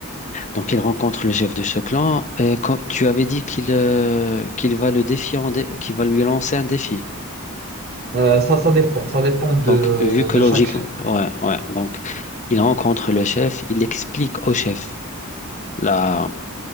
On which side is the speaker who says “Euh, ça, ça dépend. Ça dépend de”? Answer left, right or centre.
Right